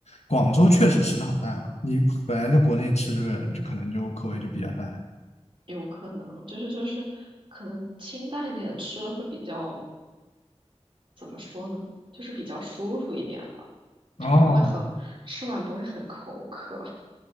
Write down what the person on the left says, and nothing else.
广州确实吃的好淡啊，你本来在国内吃这个就可能就口味就比较淡。
哦